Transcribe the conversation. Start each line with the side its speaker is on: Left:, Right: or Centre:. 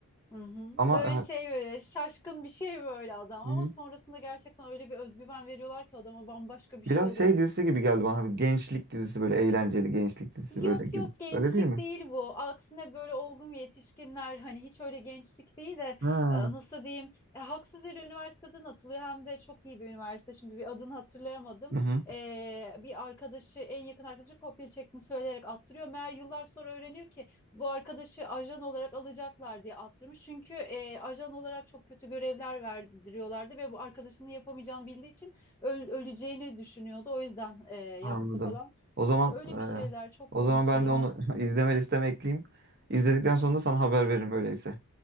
Left: Hı hı.
Right: Ama
Left: Böyle şey böyle şaşkın bir şey böyle adam ama
Right: e, hı hı.
Left: sonrasında gerçekten öyle bir özgüven veriyorlar ki adama bambaşka bir şey
Right: biraz
Left: oluyor.
Right: şey dizisi gibi geldi bana. Bir gençlik dizisi böyle eğlenceli gençlik dizisi
Left: Yok
Right: böyle gibi.
Left: yok gençlik
Right: Öyle değil mi?
Left: değil bu. Aksine böyle olgun yetişkinler hani hiç öyle gençlik değil de
Right: Ha.
Left: e, nasıl diyeyim e, haksız yere üniversiteden atılıyor hem de çok iyi bir üniversite. Şimdi bir adını hatırlayamadım.
Right: Hı hı.
Left: E, bir arkadaşı en yakın arkadaşı kopya çektiğini söyleyerek attırıyor. Meğer yıllar sonra öğreniyor ki bu arkadaşı ajan olarak alacaklar diye attırmış. Çünkü e, ajan olarak çok kötü görevler verdiriyorlardı ve bu arkadaşının yapamayacağını bildiği için öl- öleceğini düşünüyordu. O yüzden e, yaptı
Right: Anladım.
Left: falan.
Right: O zaman
Left: Öyle bir şeyler
Right: e,
Left: çok
Right: o
Left: komik
Right: zaman ben
Left: ya.
Right: de onu
Left: <laughs>
Right: <laughs> izleme listeme ekleyeyim. İzledikten sonra da sana haber veririm öyleyse.